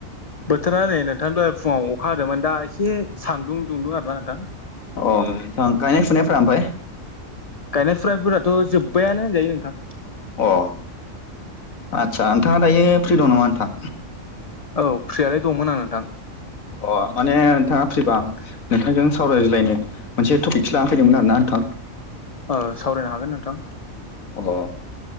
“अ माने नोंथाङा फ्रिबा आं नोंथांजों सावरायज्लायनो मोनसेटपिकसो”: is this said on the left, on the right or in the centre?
Left